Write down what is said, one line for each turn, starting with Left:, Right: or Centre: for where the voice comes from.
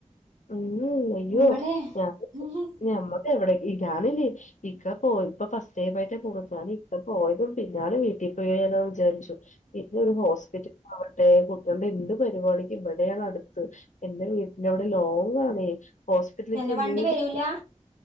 Left: ഉം അയ്യോ
Right: ഇവിടെ
Left: ഞ
Right: ഉം
Left: ഞമ്മക്ക് ഇവിടെ <inaudible> ഇക്ക പോയപ്പൊ ഫസ്റ്റ് ടൈം ആയിട്ട് പോയപ്പോ ഞാന് ഇക്ക പോയതും പിന്നാലെ വീട്ടിൽ പോയാലോന്ന് വിചാരിച്ചു ഇപ്പ ഒരു ഹോസ്പിറ്റൽ ആവട്ടെ കു ട്ടികളുടെ എന്ത് പരിപാടിക്കും ഇവിടെയാണ് അടുത്ത്, എന്റെ വീട്ടിന്റെവിടെ ലോങ്ങാണേ ഹോസ്പിറ്റലിലേക്ക്
Right: തന്നെ
Left: എന്തെങ്കിലും
Right: വണ്ടി വരൂല
Left: <inaudible>